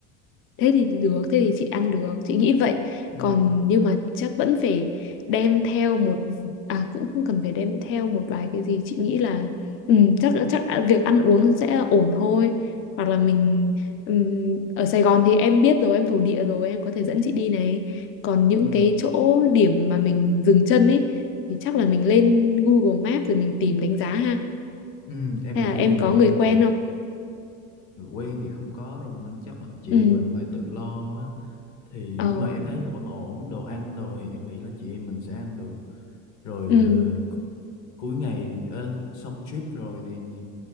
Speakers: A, on the left; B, on the left.
A: thế thì được thế thì chị ăn được chị nghĩ vậy
B: ừ,
A: còn nhưng mà chắc vẫn phải đem theo một à cũng không cần phải đem theo một vài cái gì chị nghĩ là ừ, chắc chắc việc ăn uống sẽ ổn thôi hoặc là mình ừm, ở Sài Gòn thì em biết rồi em thổ địa rồi em có thể dẫn chị đi này còn những
B: ừ,
A: cái chỗ điểm mà mình dừng chân ấy thì chắc là mình lên Google Maps rồi mình tìm đánh giá ha
B: ừ, em
A: hay
B: nghĩ
A: là em
B: em
A: có
B: nghĩ
A: người
B: nên
A: quen
B: là
A: không
B: quen thì không có rồi nên chắc là chị
A: ừ
B: em mình phải tự lo á thì
A: ờ
B: nhưng mà em thấy là vẫn ổn đồ ăn đồ thì em nghĩ là chị em mình sẽ ăn được rồi
A: ừ
B: ờ, cu- cuối ngày ờ, xong trip rồi thì